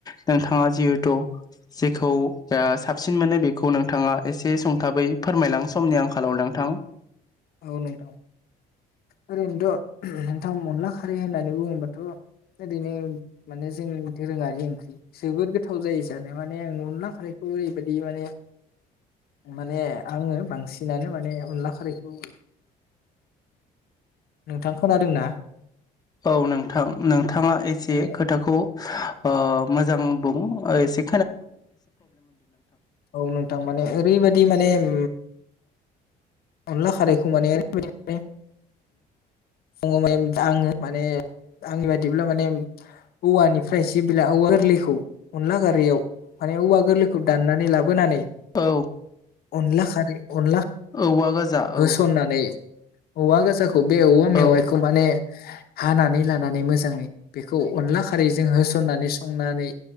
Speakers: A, on the left; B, on the left.
A: नोंथाङा जि। थ' जेखौ ओ साबसिन मोनो बेखौ नोंथाङा एसे संथाबै फोरमायलां समनि आंखालाव नोंथां।
B: औ नोंथां ओरैनोथ' नोंथां अनला खारै होननानै बुङोबाथ' ओरैनो माने जों दोरोङारि ओंख्रि जोबोद गोथाव जायो जानो माने आं अनला खारैखौ ओरैबायाददि माने माने आङो बांसिनानो माने अनला खारैखौ। औ। नोंथां खोनादोंना।
A: औ नोंथां नोंथाङा एसे
B: माने
A: खोथाखौ। अ मोजां बुं ओसे।
B: औ नोंथां माने ओरैबायादि माने। उम अनला खारैखौ माने ओरैबायदि माने बुङ माने आङो माने आंनि बादिब्ला माने औवानिफ्राय जेब्ला औवा गोरलैखौ अनला खारैयाव माने औवा गोरलैखौ दाननानै लाबोनानै।
A: औ
B: अनलाख हार अनला।
A: औवा गोजा
B: होसननानै
A: औ।
B: औवा गाजाख। खुब बे औवा मेवायखौ
A: औ
B: माने। हानानै लानानै मोजाङै बेखौ अनला खारैजों होसननानै संनानै